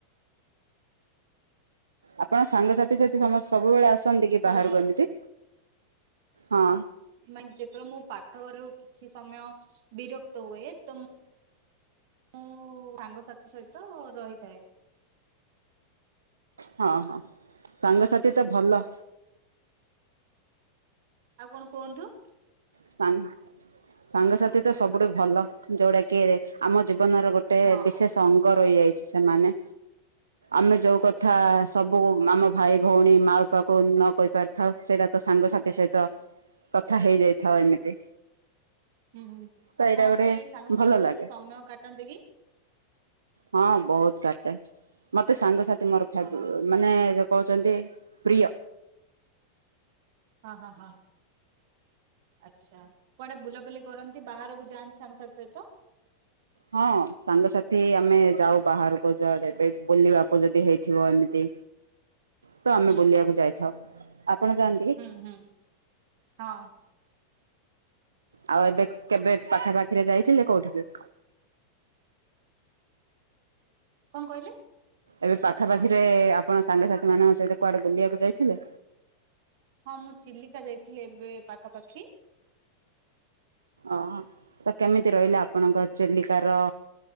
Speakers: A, on the right; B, on the right.
A: ଆପଣ ସାଙ୍ଗସାଥି ସାଥି ସମସ୍ତେ ସବୁବେଳେ ଆସନ୍ତି କି
B: ହ୍ୟାଲୋ
A: ବାହାରକୁ ଏମିତି ହଁ
B: ମାନ ଯେତେବେଳେ ମୁଁ ପାଠଘରୁ କିଛି ସମୟ ବିରକ୍ତ ହୁଏ ତ ମୁଁ ମୁଁ ସାଙ୍ଗସାଥି ସହିତ ରହିଥାଏ।
A: ହଁ ହଁ ସାଙ୍ଗସାଥି ତ ଭଲ
B: ଆଉ କଣ କୁହନ୍ତୁ?
A: ସା ସାଙ୍ଗସାଥି ତ ସବୁଠୁ ଭଲ ଯୋଉଟା କି ଆମ ଜୀବନର ଗୋଟେ
B: ହଁ
A: ଗୋଟେ ବିଶେଷ ଅଙ୍ଗ ରହିଯାଇଛି ସେମାନେ ଆମେ ଯୋଉ
B: ହଁ
A: କଥା ସବୁ ଆମ ଭାଇ ଭଉଣୀ ମା ବାପା କ ନ କହି ପାରିଥାଉ ସେଇଟା ତ ସାଙ୍ଗସାଥି ସହିତ କଥା ହେଇଯାଇଥାଉ ଏମିତି।
B: ହୁଁ ହୁଁ
A: ତ
B: ଆପଣ
A: ଏଇଟା ଗୋଟେ
B: ବି ସାଙ୍ଗସାଥି
A: ଭଲ
B: ସହିତ
A: ଲାଗେ।
B: ସମୟ କାଟନ୍ତି କି?
A: ହଁ ବହୁତ କାଟେ ମତେ ସାଙ୍ଗସାଥି ମୋର ଫେବ
B: ହଁ ହଁ
A: ମାନେ ଯଉ କହୁଛନ୍ତି ପ୍ରିୟ।
B: ହଁ ହଁ ହଁ। ଆଚ୍ଛା କୁଆଡେ ବୁଲାବୁଲି କରନ୍ତି ବାହାରକୁ ଯାଆନ୍ତି ସାଙ୍ଗସାଥି ସହିତ?
A: ହଁ ସାଙ୍ଗସାଥି ଆମେ ଯାଉ ବାହାରକୁ ଯ ଯବେ ବୁଲିବାକୁ ଯଦି ହେଇଥିବ ଏମିତି। ତ ଆମେ
B: ହୁଁ
A: ବୁଲିବାକୁ ଯାଇଥାଉ ଆପଣ ଜାଣ
B: ହୁଁ ହୁଁ ହଁ।
A: ଆଉ ଏବେ କେବେ ପାଖରେ ପାଖିରେ ଯାଇଥିଲେ କୋଉଠିକି?
B: କଣ କହିଲେ?
A: ଏବେ ପାଖାପାଖିରେ ଆପଣ ସାଙ୍ଗସାଥି ମାନଙ୍କ ସହିତ କୁଆଡେ ବୁଲିବାକୁ ଯାଇଥିଲେ?
B: ହଁ ମୁଁ ଚିଲିକା ଯାଇଥିଲି ଏବେ ପାଖାପାଖି।
A: ଓହଁ ତ କେମିତି ରହିଲା ଆପଣଙ୍କ ଚେଲିକାର